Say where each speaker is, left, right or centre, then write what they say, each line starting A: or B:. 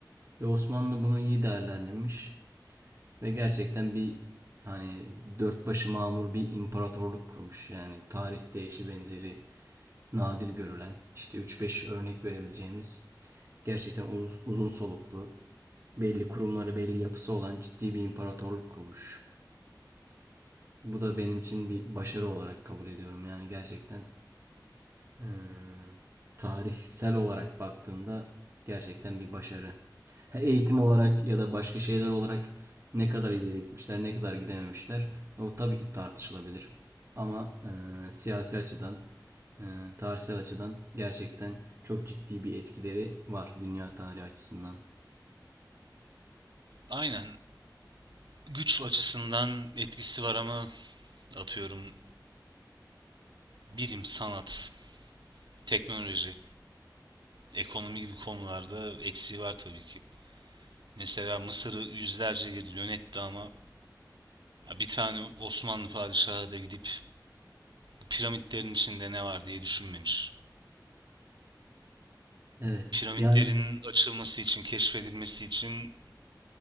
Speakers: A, on the right (about 35°); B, on the right (about 85°).
A: Ve Osmanlı bunu iyi değerlendirmiş ve gerçekten bir hani dört başı mamur bir imparatorluk kurmuş. Yani tarihte eşi benzeri nadir görülen, işte üç beş örnek verebileceğimiz gerçekten uz- uzun soluklu, belli kurumları, belli yapısı olan ciddi bir imparatorluk kurmuş. Bu da benim için bir başarı olarak kabul ediyorum. Yani gerçekten eee, tarihsel olarak baktığında gerçekten bir başarı. Ha, eğitim olarak ya da başka şeyler olarak ne kadar ileri gitmişler, ne kadar gidememişler o tabii ki tartışılabilir. Ama eee, siyasi açıdan, eee, tarihsel açıdan gerçekten çok ciddi bir etkileri var dünya tarihi açısından.
B: Aynen güç açısından etkisi var ama atıyorum bilim, sanat, teknoloji, ekonomi gibi konularda eksiği var tabii ki. Mesela Mısır'ı yüzlerce yıl yönetti ama Bir tane Osmanlı padişahı da gidip bu piramitlerin içinde ne var diye düşünmemiş.
A: Evet,
B: Piramitlerin
A: yani
B: açılması için, keşfedilmesi için